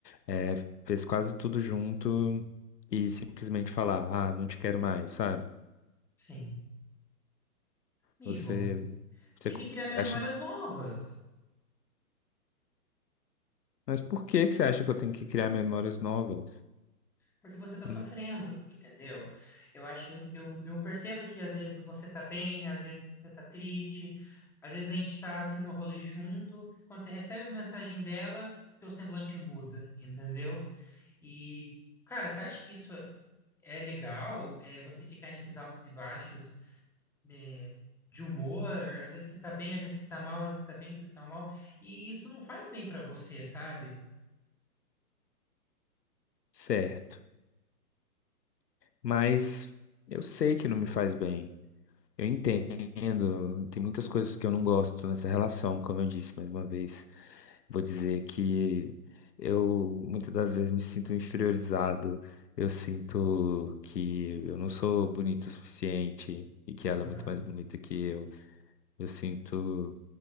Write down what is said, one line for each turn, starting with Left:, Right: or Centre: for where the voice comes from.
Left: é, fez quase tudo junto e simplesmente falar, ah, não te quero mais, sabe?
Centre: Sim. Amigo,
Left: Você, você,
Centre: tem que criar
Left: você
Centre: memórias
Left: acha.
Centre: novas.
Left: Mas por que que você acha que eu tenho que criar memórias novas?
Centre: Porque você está sofrendo,
Left: Hum,
Centre: entendeu? Eu acho, eu, eu, eu percebo que às vezes você tá bem, às vezes você tá triste, às vezes a gente tá assim no rolê junto. Quando você recebe a mensagem dela, teu semblante muda, entendeu? E, cara, você acha que isso. é é legal é, você ficar nesses altos e baixos né, de humor. Às vezes você tá bem, às vezes você tá mal, às vezes você tá bem, às vezes você tá mal. E isso não faz bem pra você, sabe?
Left: Certo. Mas eu sei que não me faz bem. Eu entendo. Tem muitas coisas que eu não gosto nessa relação, como eu disse mais uma vez. Vou dizer que eu muitas das vezes me sinto inferiorizado. Eu sinto que eu não sou bonito o suficiente e que ela
Centre: Aham,
Left: é muito mais bonita que eu. Eu sinto